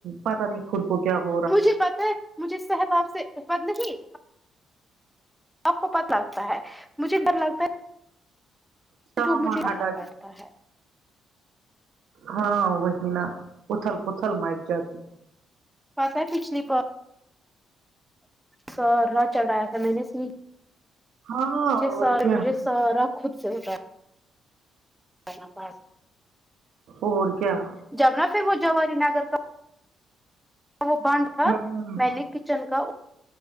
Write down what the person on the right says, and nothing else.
پتہ نہیں خود کو کیا ہوا
سامان
ہٹا
دیں
ہاں وہی نا اتل پتھل مٹ جاتی
ہاں اور
کیا
اور کیا
ہوں